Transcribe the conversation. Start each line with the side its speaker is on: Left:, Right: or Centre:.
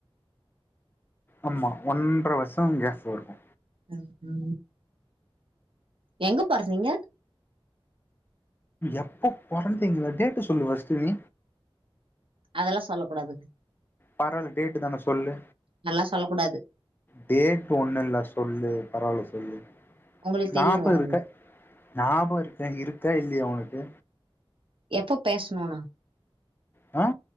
Left: ஆமா ஒன்ற வர்ஷோ கேஃப் இருக்கு
Right: ம் ம் எங்க பொறந்தீங்க
Left: எப்ப பொறந்தீங்களா டேட்டு சொல்லு ஃபஸ்ட்டு நீ
Right: அதல்லா சொல்ல கூடாதுங்க
Left: பரவால்ல டேட்டு தான சொல்லு
Right: அதல்லா சொல்ல கூடாது
Left: டேட்டு ஒண்ணு இல்ல சொல்லு பரவால்ல சொல்லு
Right: உங்களுக்கு
Left: நாப்பது
Right: தெரியுங்க
Left: இருக்க
Right: அது
Left: ஞாபகோ இருக்கா இருக்கா இல்லயா ஒனக்கு
Right: எப்ப பேஸ்ணோனா
Left: ஆ